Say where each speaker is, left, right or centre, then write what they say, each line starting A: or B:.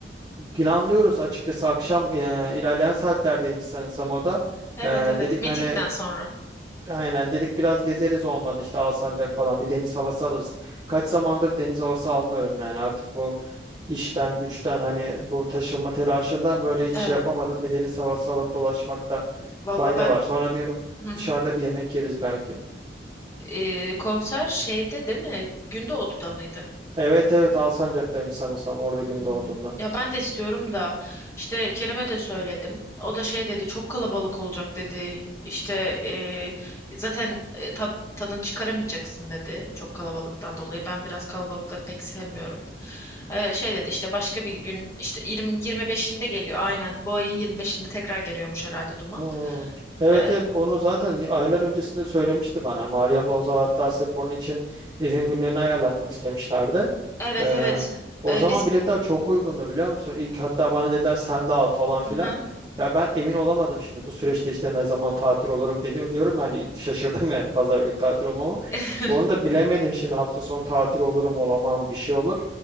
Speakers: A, on the right; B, on the left.
A: planlıyoruz açıkçası akşam e, ilerleyen saatlerdeymiş sanırsam o da.
B: Evet
A: E,
B: evet.
A: dedik
B: Meetingden
A: hani
B: sonra.
A: aynen dedik biraz gezeriz olmadı işte Alsancak falan bir deniz havası alırız. Kaç zamandır deniz havası almıyorum yani artık bu işten güçten hani bu taşınma telaşından böyle hiç
B: Evet.
A: şey yapamadım bir deniz havası alıp dolaşmakta
B: Valla
A: fayda
B: ben
A: var. Sonra diyorum
B: Hı hı.
A: dışarıda bir yemek yeriz belki.
B: e, konser şeyde değil mi? Günde Odu'da mıydı?
A: Evet evet Alsancak'tayım sanırsam orada gün
B: Hmm.
A: doğduğunda.
B: Ya ben de istiyorum da işte Kerem'e de söyledim. O da şey dedi çok kalabalık olacak dedi. İşte e, zaten e, tad- tadını çıkaramayacaksın dedi çok kalabalıktan dolayı. Ben biraz kalabalıkları pek sevmiyorum. E, şey dedi işte başka bir gün işte 20 25'inde geliyor aynen. Bu ayın 25'inde tekrar geliyormuş herhalde Duman.
A: Hmm. Evet
B: E,
A: evet onu zaten y- aylar öncesinde söylemişti bana. Meryem'le Ozal hatta sırf onun için izin günlerini ayarlatmak istemişlerdi.
B: evet
A: Ee,
B: evet
A: o
B: E,
A: zaman
B: biz
A: biletler çok uygundu biliyor musun? İlk hatta bana dediler sen de al falan filan.
B: Aha.
A: Ya ben emin olamadım şimdi bu süreçte işte ne zaman tatil olurum dedi diyorum yani şaşırdım <laughs> yani pazar günü tatil olmama.
B: <laughs>
A: Onu da bilemedim şimdi hafta sonu tatil olurum olamam bir şey olur.